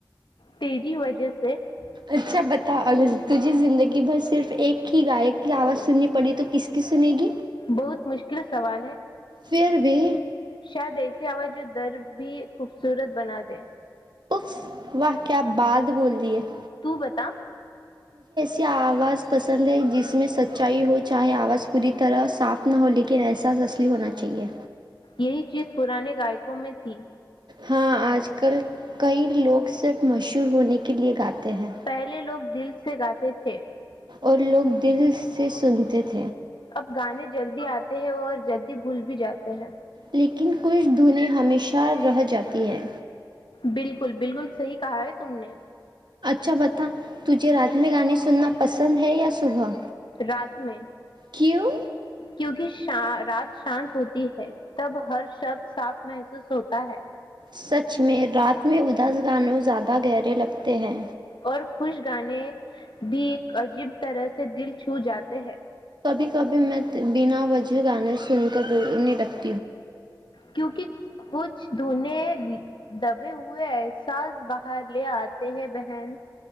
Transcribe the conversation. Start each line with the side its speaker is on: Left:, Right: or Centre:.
Left: تیی وجہ سے <unintelligible>
Right: اچھا بتا اور تجھے زندگی بھر صرف ایک ہی گائک کی آواز سننی پڑی تو کس کی سنے گی
Left: بہت مشکل سوال ہے
Right: پھر بھی
Left: شاید ایسی آواز جو در بھی خوبصورت بنا دیں
Right: اف واہ کیا بات بول دی ہے <unintelligible>
Left: تو بتا
Right: اس سے آواز پسند ہے جس میں سچائی ہو چاہے آواز پوری طرح صاف نہ ہو لیکن احساس اصلی ہونا چاہیے
Left: یہی چیز پرانے گائےک کمیتھی
Right: ہاں آج کل کئی لوگ صرف مشہور ہونے کے لیے گاتے ہیں
Left: پہلے لوگ دل سے گاتے تھے چھ <unintelligible>
Right: اور لوگ دل سے سنتے تھے
Left: اب گانے جلدی آتے ہیں اور جلدی بھول بھی جاتے ہیں
Right: لیکن کچھ دھنیں ہمیشہ رہ جاتی ہیں
Left: بالکل بالکل صحیح کہا ہے تم نے
Right: چ بتا <unintelligible> تجھے رات میں گانے سننا پسند ہے یا صبح
Left: رات میں
Right: کیوں
Left: کیونکہ شا, رات شانت ہوتی ہے تب ہر شبد صاف محسوس ہوتا ہے
Right: سچ میں رات میں اداس گانوں زیادہ گہرے لگتے ہیں
Left: اور خوش گانے بھی عجیب طرح سے دل چھو جاتے ہیں
Right: کبھی کبھی میں بنا وجہ گانے سن کر ر نہیں رکھتی
Left: کیونکہ کھ دھونے دب ہوئے ہیں ساس بق بر لے آتے ہیں بہن